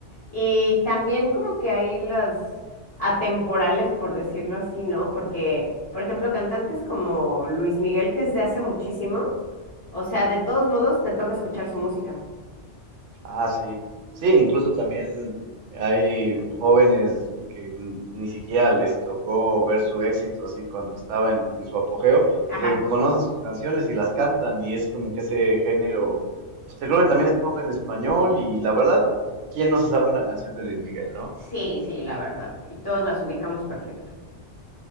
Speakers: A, on the left; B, on the right.
A: Y también como que hay las atemporales, por decirlo así, ¿no? Porque, por ejemplo, cantantes como Luis Miguel, que es de hace muchísimo, o sea, de todos modos te toca escuchar su música.
B: Ah, sí. Sí, incluso también hay jóvenes que mm, ni siquiera les tocó ver su éxito así cuando estaba en, en su apogeo,
A: Ajá.
B: que conocen sus canciones y las cantan y es como que ese género, pues te creo que también es pop en español y la verdad, ¿quién no se sabe una canción de Luis Miguel, no?
A: Sí, sí, la verdad. Y todos las ubicamos perfecto.